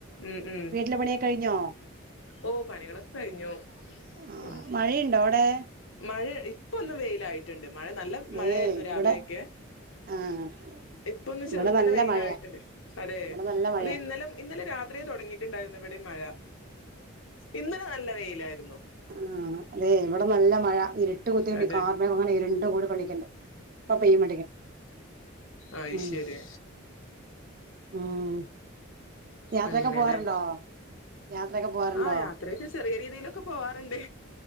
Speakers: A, on the left; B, on the right.
A: ഉം ഉം
B: വീട്ടിലെ പണിയൊക്കെ കഴിഞ്ഞോ
A: ഓ പണികളൊക്കെ കഴിഞ്ഞു
B: ആഹ്
A: ഉം
B: മഴയുണ്ടോ അവിടെ
A: മഴ ഇപ്പൊന്ന് വെയിലായിട്ടുണ്ട് മഴ നല്ല മഴയായിരുന്നു
B: ഏയ്
A: രാവിലെയൊക്കെ
B: ഇവിടെ ആഹ്
A: ഇപ്പൊന്ന്
B: ഇവിടെ
A: ചെറുതന്നെ
B: നല്ല
A: വെയില്
B: മഴയാ
A: ആയിട്ടുണ്ട് അതെ
B: ഇവിടെ നല്ല മഴയാ
A: അത് ഇന്നലും ഇന്നലെ രാത്രിയിൽ തുടങ്ങിട്ടുണ്ടാരുന്നു ഇവിടേം മഴ. ഇന്നലെ നല്ല വെയിലായിരുന്നു
B: ആ അതെ ഇവിടെ നല്ല മഴ ഇരുട്ട് കൂടിയൊണ്ട്
A: അതെ
B: കാർമേഘം ഉരുണ്ട് കൂടിക്കണ്ട ഇപ്പോ പെയ്യും
A: ആയ്ശെരി
B: ഉം ഉം. യാത്ര
A: അങ്ങനെല്ലേ
B: ക്ക പോവാറുണ്ടോ യാത്രയൊക്കെ പോവാറുണ്ടോ
A: ആഹ് യാത്രയൊക്കെ ചെറിയ രീതിയിലൊക്കെ പോവാറുണ്ട്